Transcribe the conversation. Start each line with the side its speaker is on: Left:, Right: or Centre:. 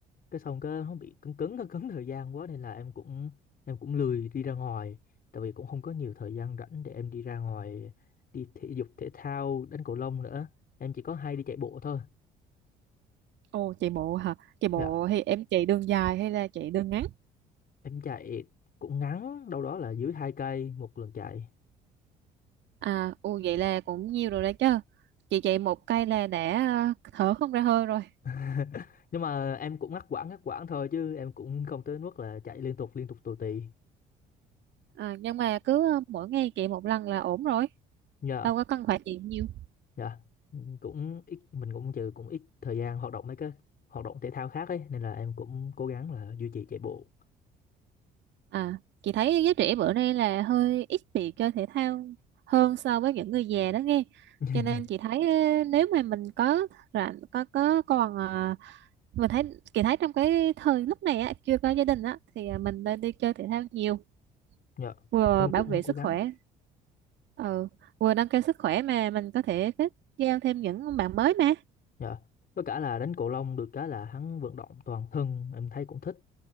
Left: cái xong cái nó bị cứng cứng <laughs> cứng cứng thời gian quá nên là em cũng em cũng lười đi ra ngoài tại vì cũng không có nhiều thời gian rảnh để em đi ra ngoài đi thể dục thể thao đánh cầu lông nữa em chỉ có hay đi chạy bộ thôi
Right: Ồ chạy bộ hả? Chạy bộ
Left: dạ
Right: thì em chạy đường dài hay là chạy đường ngắn?
Left: em chạy cũng ngắn đâu đó là dưới hai cây một lần chạy
Right: à ồ vậy là cũng nhiều rồi đấy chứ chị chạy một cây là đã à, thở không ra hơi rồi
Left: <laughs> nhưng mà em cũng ngắt quãng ngắt quãng thôi chứ em cũng không tới mức là chạy liên tục liên tục tù tì
Right: à, nhưng mà cứ à, mỗi ngày chạy một lần là ổn rồi
Left: nhờ
Right: đâu có cần phải chạy nhiều
Left: nhờ cũng ít mình cũng trừ cũng ít thời gian hoạt động mấy cái hoạt động thể thao khác ấy nên là em cũng cố gắng là duy trì chạy bộ
Right: À, chị thấy giới trẻ bữa nay là hơi ít bị chơi thể thao hơn so với những người già đó nghe.
Left: <laughs>
Right: Cho nên chị thấy ờ, nếu mà mình có rảnh có có còn ờ, mình thấy chị thấy trong cái thời lúc này á chưa có gia đình á thì ờ, mình nên đi chơi thể thao nhiều
Left: Dạ,
Right: vừa
Left: em
Right: bảo
Left: cũng
Right: vệ sức
Left: cố gắng.
Right: khỏe ừ, vừa nâng cao sức khỏe mà mình có thể kết giao thêm những bạn mới mà.
Left: Dạ. Với cả là đánh cầu lông được cái là hắn vận động toàn thân, em thấy cũng thích,